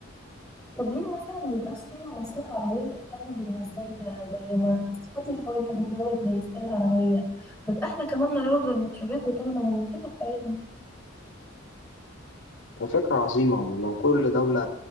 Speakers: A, in the centre; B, on the left.
A: طب ليه مثلا ميبقاش في منصات عربية تهتم بالمزيكا زي ما سبوتيفاي كده بيعمل بلاي ليستات عربية نبقى احنا كمان نروج للمطربين بتوعنا والموسيقى بتاعتنا
B: فكرة عظيمة ولو كل دولة